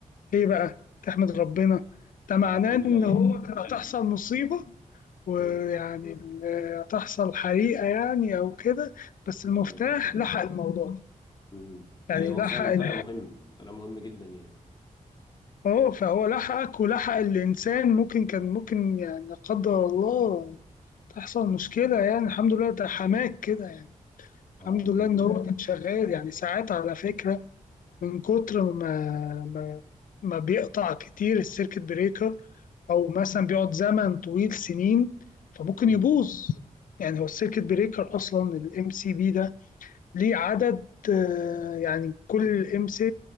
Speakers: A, on the left; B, on the left.
A: ليه بقى تحمد ربنا ده معناه
B: اه الحمد
A: ان
B: لله ليه
A: هو كانت هتحصل
B: مم.
A: مصيبه ويعني
B: مم.
A: ال- هتحصل حريقة يعني أو كده بس المفتاح
B: اه لا قدر الله
A: لحق الموضوع ده
B: مم.
A: يعني
B: ايوه
A: لحق
B: هو فعلا
A: ال-
B: طلع مهم طلع مهم جدا يعني
A: أهو فهو لحقك ولحق الإنسان ممكن كان ممكن يعني لا قدر الله تحصل مشكلة يعني الحمد لله ده حماك كده يعني
B: اه
A: الحمد
B: الحمد
A: لله إن
B: لله
A: هو كان شغال يعني ساعات على فكرة من كتر ما ما ما بيقطع كتير السيركت بريكر أو مثلا بيقعد زمن طويل سنين فممكن
B: مم.
A: يبوظ يعني هو السيركت بريكر أصلا الام سي بي ده ليه عدد آه، يعني كل ام سي